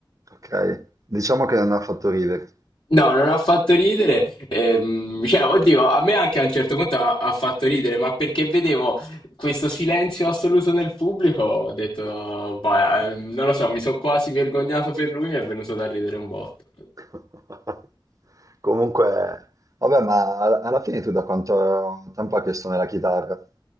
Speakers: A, on the right (about 40°); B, on the left (about 70°).
A: ok, diciamo che non ha fatto ridere.
B: No, non ha fatto ridere, ehm, cioè, oddio, a me anche a un certo punto ha, ha fatto ridere, ma perché vedevo questo silenzio assoluto nel pubblico, ho detto, boh, eh, non lo so, mi sono quasi vergognato per lui, mi è venuto da ridere un botto.
A: <laughs> Comunque, vabbè, ma alla alla fine tu da quanto tempo hai che suoni la chitarra?